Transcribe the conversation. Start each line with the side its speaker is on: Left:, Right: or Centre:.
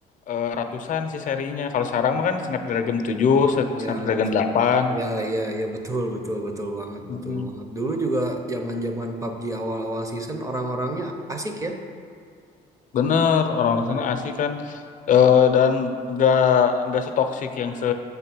Left: eh, ratusan sih serinya kalau sekarang mah kan Snapdragon tujuh
Right: Ya
Left: Snapdragon delapan
Right: ya ya ya betul betul betul banget
Left: mm
Right: betul banget. Dulu juga zaman-zaman PUBG awal-awal season orang-orangnya asik ya.
Left: bener orang-orang
Right: Orang-orang.
Left: sana asik kan Eh, dan nggak nggak setoksik yang se